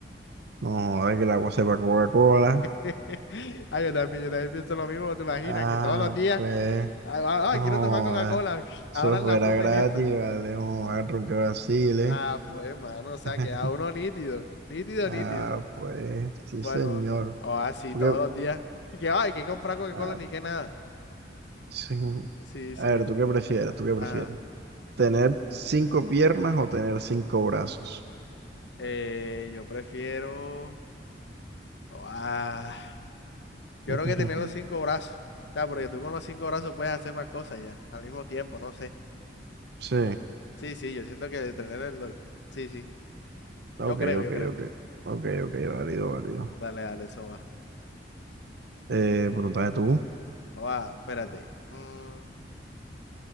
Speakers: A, on the right; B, on the left.
A: No joda que el agua sepa Coca-Cola.
B: <laughs> Ah, yo también, yo también pienso lo mismo, ¿te imaginas?
A: Ah,
B: Que todos los días,
A: pues.
B: ah, ah,
A: No
B: ah,
A: joda.
B: quiero tomar Coca-Cola, <laughs> <sniffs>
A: Eso
B: ahora la
A: fuera
B: pluma
A: gratis,
B: y listo.
A: vale. No a que vacile.
B: Ah, pues, mano, o sea,
A: <laughs>
B: queda uno nítido, nítido,
A: Ah,
B: nítido.
A: pues. Sí,
B: Bueno,
A: señor.
B: o así
A: ¿Tú
B: todos
A: qué?
B: los días. Y que, ay, que comprar Coca-Cola
A: Ah,
B: ni que nada.
A: sí.
B: Sí, sí.
A: A ver, ¿tú qué prefieres? ¿Tú qué prefieres?
B: Ajá.
A: ¿Tener cinco piernas o tener cinco brazos?
B: Eh, yo prefiero. oh, ah, yo
A: <laughs>
B: creo que tener los cinco brazos. O sea, porque tú con los cinco brazos puedes hacer más cosas ya, al mismo tiempo, no sé.
A: Sí.
B: Sí, sí, yo siento que tener el- los... Sí, sí.
A: Ok,
B: Yo creo,
A: ok,
B: yo creo.
A: ok. Ok, ok, válido, válido.
B: Dale, dale, eso va.
A: Eh, bueno, entonces tú.
B: Oh, ah, espérate. Mm.